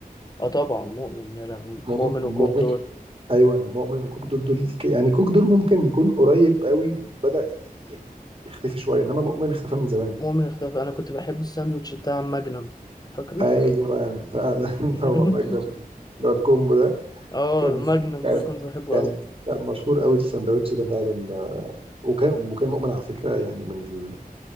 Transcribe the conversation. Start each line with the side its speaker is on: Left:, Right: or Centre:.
Left: اه طبعا مؤمن يا لهوي
Right: مؤمن,
Left: مؤمن وكوك
Right: مؤمن.
Left: دول
Right: ايوه مؤمن كوك دول دول ك- يعني كوك دول ممكن يكون قريب قوي بدأ ي- يختفي شويه انما مؤمن اختفى من زمان
Left: مؤمن اختفى أنا كنت بحب الساندوتش بتاع ماجنم فاكره؟
Right: ايوه فعلا <laughs>
Left: <laughs>
Right: هو مجد اللي هو الكومبو ده
Left: اه
Right: كان
Left: الماجنم
Right: كان
Left: ده كنت بحبه
Right: كان كان مشهور قوي السندوتش ده فعلا آه، وكان وكان مؤمن على فكره يعني من